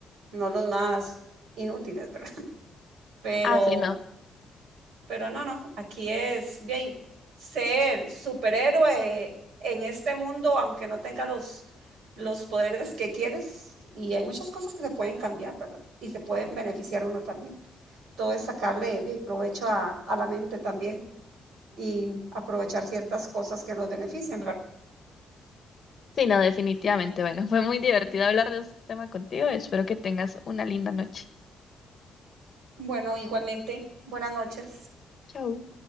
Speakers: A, on the right; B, on the left.
A: no los más inútiles, ¿verdad? <laughs> Pero...
B: Ah, sí, no.
A: Pero no, no, aquí es bien ser superhéroe en este mundo, aunque no tenga los, los poderes que quieres. Y hay muchas cosas que se pueden cambiar, ¿verdad? Y se pueden beneficiar uno también. Todo es sacarle bien, provecho a, a la mente también y aprovechar ciertas cosas que nos benefician, ¿verdad?
B: Sí, no, definitivamente. Bueno, <laughs> fue muy divertido hablar de este tema contigo. Espero que tengas una linda noche.
A: Bueno, igualmente, buenas noches.
B: Chao.